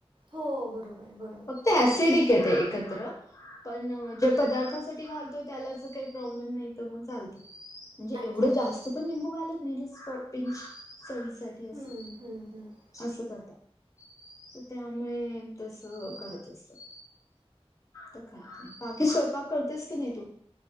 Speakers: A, on the right; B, on the left.
A: हो बरोबर. बरोबर
B: फक्त ऍसिडिकए ते एकत्र. पण ज्या पदार्थासाठी घालतोय त्यालाच काय प्रॉब्लेम नाय तर मग चालत. म्हणजे
A: अच्छा
B: एवढं
A: अच्छा
B: जास्त
A: अच्छा.
B: पण लिंबू घालत नाय जस्ट फॉर पिंनच चवी साठी असं.
A: हम्म हम्म हम्म
B: असं करतात तर त्यामुळे तस करत असतात. त काय बाकी स्वयंपाक करतेस की नाय तू?